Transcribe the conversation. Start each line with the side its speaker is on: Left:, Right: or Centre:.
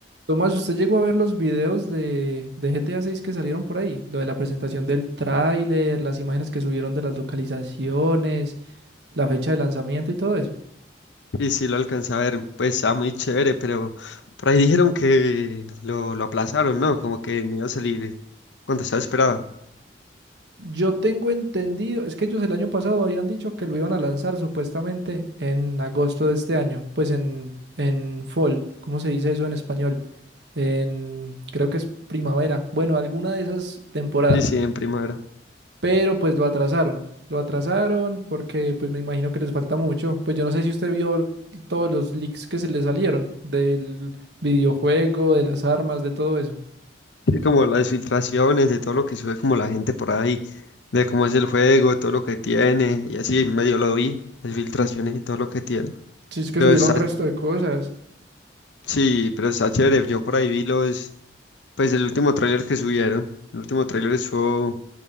Right: Tomás, ¿usted llegó a ver los videos de, de GTA 6 que salieron por ahí? Lo de la presentación del tráiler, las imágenes que subieron de las localizaciones, la fecha de lanzamiento y todo eso.
Left: Y sí, lo alcancé a ver, pues estaba muy chévere, pero por ahí dijeron que lo, lo aplazaron, ¿no? Como que no iba a salir cuando estaba esperado.
Right: Yo tengo entendido, es que ellos el año pasado habían dicho que lo iban a lanzar supuestamente en agosto de este año, pues en, en fall, ¿cómo se dice eso en español? En, creo que es primavera, bueno, alguna de esas temporadas.
Left: Sí, sí, en primavera.
Right: pero pues lo atrasaron. Lo atrasaron porque pues me imagino que les falta mucho. Pues yo no sé si usted vio todos los leaks que se le salieron del videojuego, de las armas, de todo eso.
Left: Sí, como las filtraciones de todo lo que sube como la gente por ahí, de cómo es el juego, todo lo que tiene, y así medio lo vi, las filtraciones y todo lo que tiene.
Right: Si es que
Left: Pero
Right: subieron
Left: está,
Right: resto de cosas.
Left: sí, pero está chévere, yo por ahí vi los, Pues el último tráiler que subieron, el último tráiler estuvo,